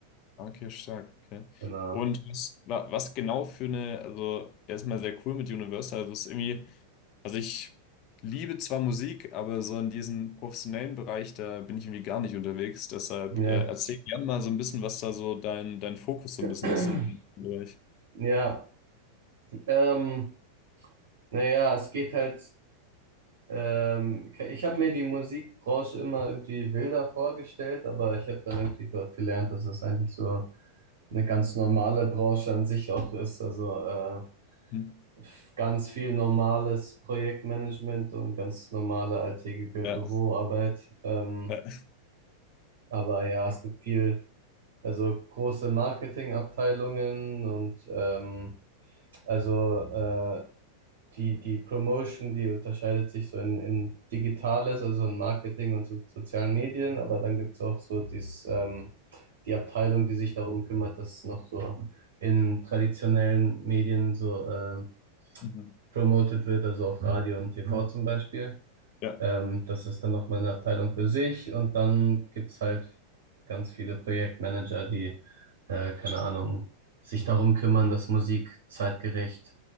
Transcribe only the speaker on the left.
Okay, stark, okay.
Und was, wa- was genau für eine, also erstmal sehr cool mit Universal, also es ist irgendwie, also ich liebe zwar Musik, aber so in diesem professionellen Bereich, da bin ich irgendwie gar nicht unterwegs, deshalb
äh, erzähl gerne mal so ein bisschen, was da so dein, dein Fokus so
ein bisschen ist in Bereich.
Hm?
Ja,
ja.
Mhm.
<laughs> Ja.